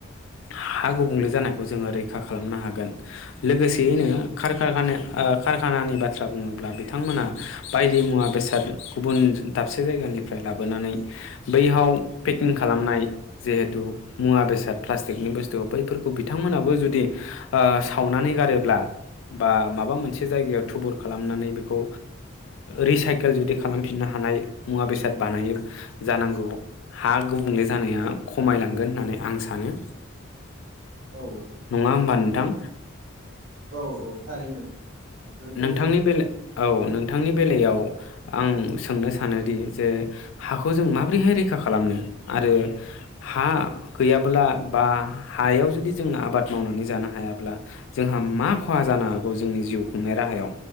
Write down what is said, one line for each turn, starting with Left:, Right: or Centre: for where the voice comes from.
Left: हा गुबुंले जानायखौ जोङो रैखा रैखा खालामनो हागोन। लोगोसेयैनो खार खानाया कारखानानि बाथ्रा बुङोब्ला बिथांमोना बायदि मुवा बेसाद गुबुन दाबसे जायगानिफ्राय लाबोनानै बैयाव पेकिं खालामनाय जिहेथु मुवा बेसाद प्लास्टिकनि बुस्थु बैफोरखौ बिथांमोनाबो जुदि सावनानै गारोब्ला बा माबा माबा मोनसे जायगायाव थुबुर खालामनानै बेखौ रिसाइकेल जुदि खालामफिननो हानाय मुवा बेसाद बानाय जानांगौ हा गुबुंले जानाया खमायलांगोन होननानै आं सानो।
Right: औ
Left: नङा होमबा
Right: नंगौ
Left: नोंथां?
Right: औ औ थारैनो बेफोरखौ
Left: नोंथांनि बेल औ नोंथांनि बेलायाव आं सोंनो सानोदि जे हाखौ जों माब्रैहाय रैखा खालामनो आरो हा गैयाब्ला बा हायाव जुदि जों आबाद मावनानै जानो हायाब्ला जोंहा मा खहा जानो हागौ। जोंनि जिउ खुंनाय राहायाव